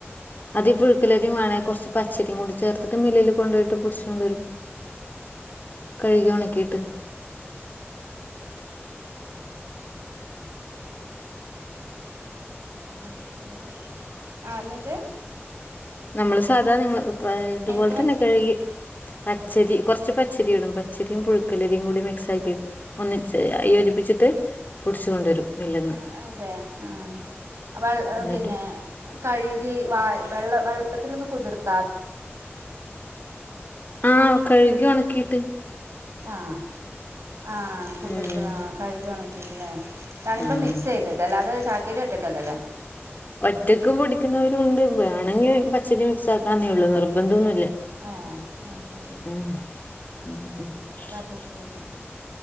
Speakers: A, on the left (about 40°); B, on the right (about 85°).
A: അത് ഈ പുഴുക്കലരി വേണേ കുറച്ച് പച്ചരിയും കൂടി ചേർത്തിട്ട്, മില്ലിൽ കൊണ്ടോയിട്ട് പൊടി ചോണ്ട് വരും. കഴ്കി ഒണെക്കീട്ട്
B: ആഹ്, എന്നിട്ട്.
A: നമ്മള് സാധാ നിങ്ങൾ പ്പ ഇതുപോലെ
B: എനിക്ക്
A: തന്നെ
B: മനസ്സില
A: കഴ്കി പച്ചരി കുറച്ച്, പച്ചരി ഇടും. പച്ചരിയും പുഴുക്കലരിയും കൂടി മിക്സ് ആക്കിയിട്ട്. ഒന്നിച്ച് യോജിപ്പിച്ചിട്ട് പൊടിച്ച് കൊണ്ടാെരും മില്ല്ന്ന്
B: അ അതെ ആഹ് അ വെൾ അത്
A: എന്നിട്ട്
B: പിന്നെ കഴുകി വാ വെള്ള വെള്ളത്തിലൊന്ന് കുതിർത്.
A: ആഹ്, കഴുകി ഉണക്കിട്ട്.
B: ആഹ്, ആഹ്, കുതിർത്ത
A: ഉം
B: താ.. കഴുകി ഉണക്കിയിട്ട്. ല്ലേ, രണ്ടും
A: ആഹ്
B: മിക്സ് ചെയ്തിട്ട്. ല്ലേ, ല്ലാതെ ചാക്കരി ഒറ്റക്കല്ല ല്ലേ?
A: ഒറ്റക്ക് പൊടിക്കുന്നവരും ണ്ട്. വേണെങ്കി പച്ചരി മിക്സ് ആക്കാന്നേ ള്ളൂ, നിർബന്ധം ന്നുല്ല.
B: ആ അത് ശരി
A: <unintelligible>
B: <unintelligible>